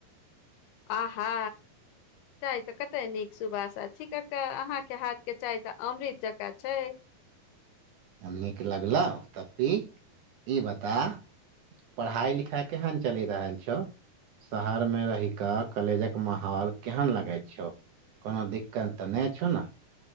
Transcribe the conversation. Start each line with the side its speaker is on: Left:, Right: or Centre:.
Left: आँहा चाय तऽ कते नीक सुभाषा छी कक्का अहा के हाथ के चाय तऽ अमृत जकाँ छै
Right: नीक लगलो तऽ पी ई बता पढ़ाइ -लिखाइ केहन चलि रहल छौ शहर मे रहि कऽ कॉलेजक माहौल केहन लगैत छौ कोनो दिक्कत तऽ नैय छौ न